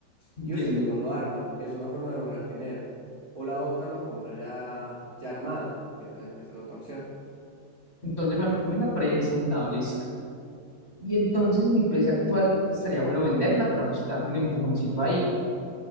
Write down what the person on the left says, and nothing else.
entiendo.
Entonces me recomienda presemblado, listo. Y entonces mi pez actual estaría bueno venderla para pues darme un empujoncito ahí.